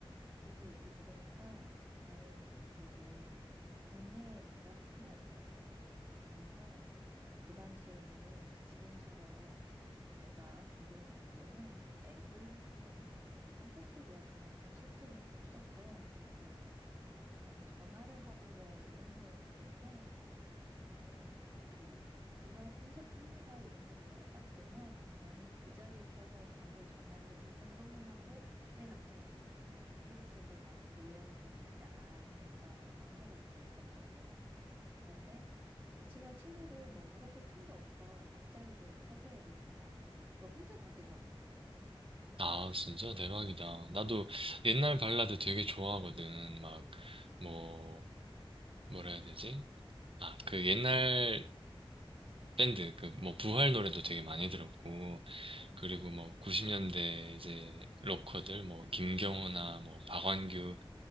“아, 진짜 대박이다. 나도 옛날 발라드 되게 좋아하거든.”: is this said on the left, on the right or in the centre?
Right